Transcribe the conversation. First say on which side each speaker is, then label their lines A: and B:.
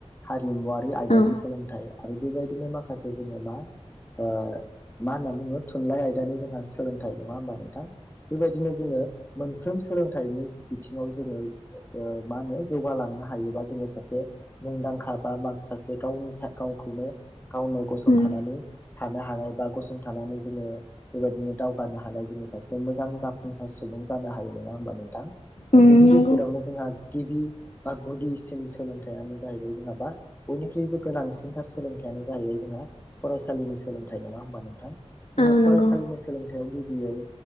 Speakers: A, on the left; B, on the left.
A: हारिमुवारि आयदानि
B: औ
A: सोलोंथाइ, आरो बेबाय दिनो माखासे जोङो मा, ओ मा होन्ना बुंङो थुनलाय <unintelligible> जोंहा सोलोंथाइ नङा होम्बा नोंथां। बेबायदिनो जोङो मोन सोलोंथाइनि बिथिङाव जोङो ओ मा होनो जौगालांनो हायोबा जोङो सासे मुंदांखा बा मा सासे गावनि गावखौनो गावनो गसंथानानै
B: उम
A: थानो हानाय बा गसंथानानै जोङो बेबायदिनो दाव फानो हानाय जोङो सासे मोजां जाफुंसार सुबुं जानो हायो नङा होमबा नोंथां।
B: उम
A: बेनि
B: नंगौ
A: गेजेरावनो जोंहा गिबि बा गुदिसिन सोलोंथाइानो जाहैबाय जोहा मा बयनिख्रुइबो गोनांसिनथार सोलोंथाइानो जाहैबाय जोंहा फरायसालिनि सोलोंथाइ नङा होम्बा नोंथां। जोङो
B: औ
A: फरायसालिनि
B: नंगौ
A: सोलों हा गिबियाव